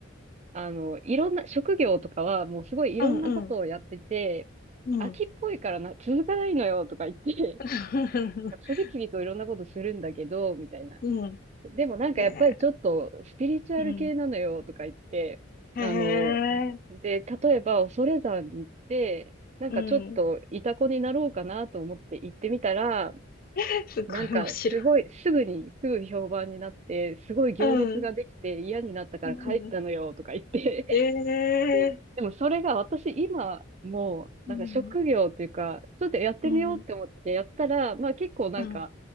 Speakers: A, on the right (about 35°); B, on the left (about 50°).
A: あの、いろんな、職業とかはもうすごいいろんなことをやってて、
B: うん、うん、うん。
A: 飽きっぽいからな、続かないのよとか言って、
B: <laughs>
A: <laughs> 次々といろんなことするんだけど、みたいな。
B: うん、
A: でもなんかやっぱりちょっとスピリチュアル系なのよとか言って、
B: へえ、うん、へえ、
A: あの、で、例えば恐山に行って、なんかちょっとイタコになろうかなと思って行ってみたら、
B: うん。<laughs> すごい面白い。
A: なんかすごい、すぐに、すぐ評判になって、すごい行列ができて嫌になったから帰ったのよとか言って、
B: うん、うん、ええ、
A: ねでもそれが私今もうなんか職業っていうか、
B: うん、
A: ちょっとやってみようって思ってやったら、
B: うん、
A: まあ結構なんか
B: うん。